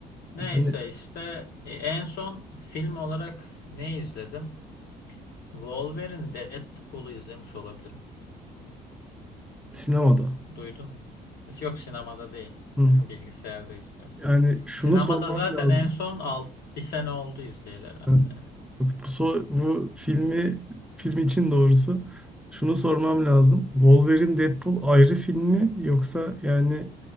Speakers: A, on the left; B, in the centre.
A: Neyse
B: Yani
A: işte e, en son film olarak ne izledim? Wolverine Deadpool'u izlemiş olabilirim.
B: sinemada.
A: Duydun mu? Yok sinemada değil.
B: Hı.
A: <laughs> Bilgisayarda izliyorum.
B: Yani şunu
A: Sinemada
B: sormam
A: zaten
B: lazım.
A: en son alt, bir sene oldu izleyeli herhalde.
B: Ha, bak Bu, so- bu filmi film için doğrusu şunu sormam lazım. Wolverine Deadpool ayrı film mi yoksa yani